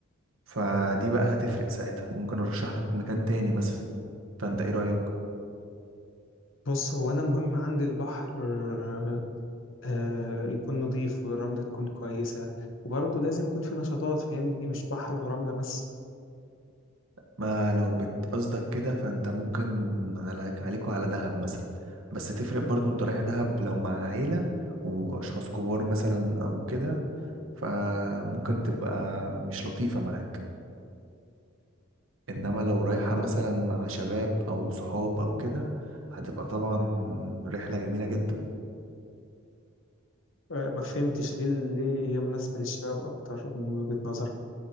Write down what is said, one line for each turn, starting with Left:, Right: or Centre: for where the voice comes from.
Right: فدي بقى هتفرق ساعتها ممكن ارشح لك مكان تاني مثلا فانت ايه رأيك
Left: بص هو أنا مهم عندي البحر آه آه، يكون نظيف والرملة تكون كويسة وبرضه لازم يكون في نشاطات فاهمني مش بحر ورملة بس
Right: ما لو بتقصدك كده فانت ممكن عليك عليك وعلى دهب مثلا بس تفرق برضو انت رايح دهب لو مع عيلة واشخاص كبار مثلا او كده فممكن تبقى مش لطيفة معاك انما لو رايحة
Left: طب
Right: مثلا مع شباب او صحاب او كده هتبقى طبعا رحلة جميلة جدا
Left: آه ما فهمتش ليه ليه هي مناسبة للشباب أكتر من وجهة نظر